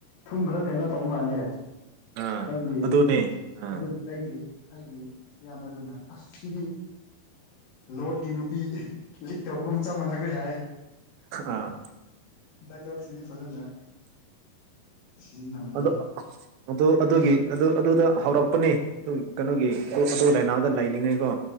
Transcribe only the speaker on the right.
ꯑꯥ
ꯑꯗꯨꯅꯦ ꯑꯥ
ꯑꯥ
ꯑꯗꯣ ꯑꯗꯨ ꯑꯗꯨꯒꯤ ꯑꯗꯨ ꯑꯗꯨꯗ ꯍꯧꯔꯛꯄꯅꯤ ꯑꯗꯨ ꯀꯩꯅꯣꯒꯤ ꯑꯗꯨ ꯑꯗꯨ ꯂꯥꯏꯅꯥꯗ ꯂꯩꯅꯤ ꯅꯤꯡꯉꯩꯀꯣ